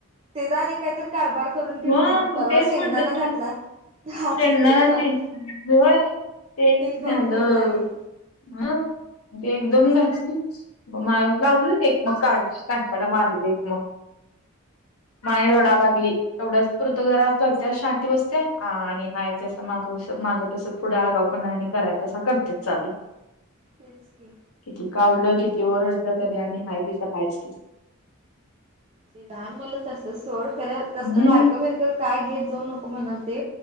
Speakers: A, on the right; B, on the left.
A: तेचा आणि कायतर कारभार- करून ठेवतील.
B: ह
A: परवा
B: तेच
A: शेंगदाना
B: म्हणलं
A: घातला-
B: तू
A: हातात
B: शेंगदाणा
A: खाऊन
B: ते? व्हय ते एक
A: खाऊन
B: झालं.
A: ठेवलं आणि
B: हा. ते एकदम घातली- मग म लावली ना एक, मग काय कानफडा मागन एक मग- माय रडा लागली. तेवढ्याच पुरतं जरा करतेया शांत बसतेया. हा. आणि हायचं असं मागंस माग तसं पुढं आगाऊ पणा आणि करायचं असं करत्यात चालू.
A: तेच की,
B: किती कावलं किती ओरडलं तरी, आणि हाय तिचं हायिच,
A: ते लहान मुलं तस सोड खरं तसलं,
B: हम्म
A: बारकं बिरकं काय घेत जाऊ नको म्हण ते,